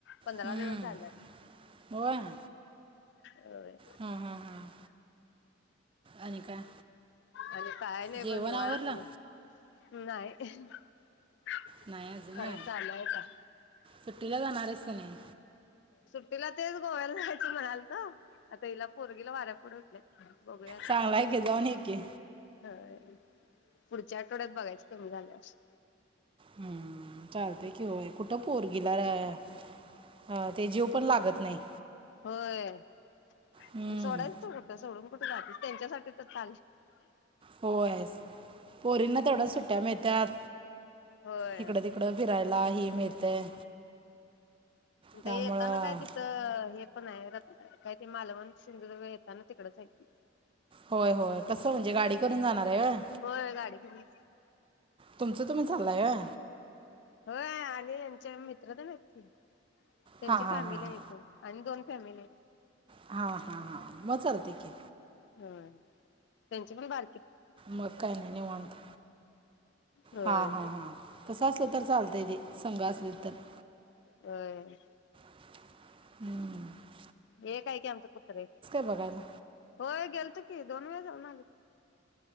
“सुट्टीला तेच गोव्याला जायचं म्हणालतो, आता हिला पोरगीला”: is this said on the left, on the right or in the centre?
Left